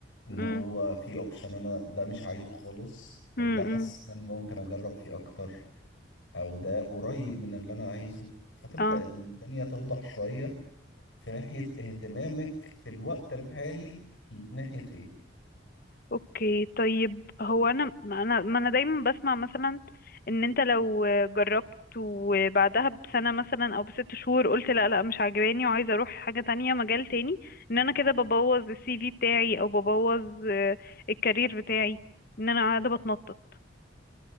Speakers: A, on the left; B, on the left.
A: ان
B: امم
A: هو في اوبشن انا ده مش عايزه خالص
B: امم
A: او ده حاسس ان انا ممكن اجرب فيه اكتر او ده قريب من اللي انا عايزه فتبدأ
B: اه
A: الدنيا توضح شوية في ناحية اهتمامك في الوقت الحالي ناحية ايه
B: اوكي طيب هو انا ما انا ما انا دايما بسمع مثلا ان انت لو جربت وبعدها بسنة مثلا او بست شهور قلت لا لا مش عاجباني وعايزة اروح حاجة تانية مجال تاني ان انا كده ببوظ السي في بتاعي او ببوظ آه، الكارير بتاعي ان انا قاعدة بتنطط